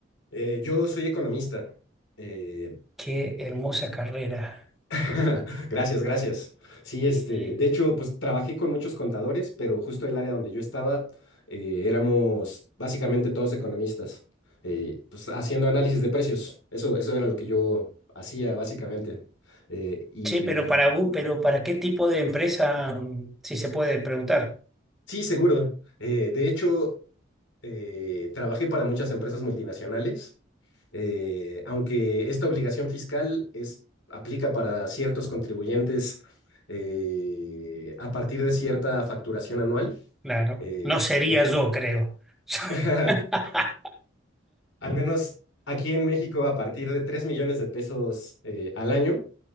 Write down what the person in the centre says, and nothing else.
qué hermosa carrera.
Eh,
sí, pero para, un- pero ¿para qué tipo de empresa, mm, si se puede preguntar?
Claro.
No sería
yo, creo.
<laughs>